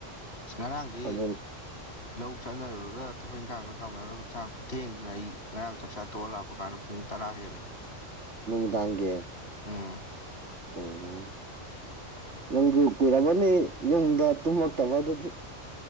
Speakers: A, on the left (about 55°); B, on the right (about 60°).
A: ꯑꯁ ꯉꯔꯥꯡꯗꯤ
B: ꯑꯗꯨ
A: ꯂꯧ ꯆꯥꯅꯔꯨꯔꯒ ꯊꯕꯛ ꯏꯪꯈꯥꯡꯗꯣ ꯇꯧꯅꯔꯨꯔꯒ ꯆꯥꯛꯇꯣ ꯊꯦꯡꯗꯅ ꯑꯩ ꯉꯔꯥꯡ ꯆꯥꯛꯆꯥꯥ ꯇꯣꯂꯄ ꯀꯥꯟ ꯄꯨ ꯇꯔꯑ ꯂꯩꯦ
B: ꯅꯨꯃꯤꯗꯥꯡꯒꯤ
A: ꯎꯝ
B: ꯎꯝ ꯅꯪꯕꯨ ꯀꯨꯏꯔꯕꯅꯤ ꯌꯨꯝꯗ ꯇꯨꯝꯃꯛꯇꯕ ꯑꯗꯨꯗꯤ